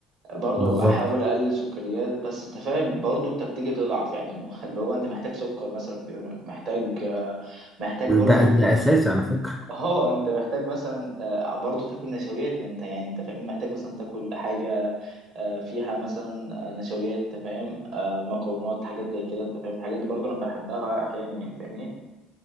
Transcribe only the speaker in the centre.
بالظبط
ده ده اساسي على فكره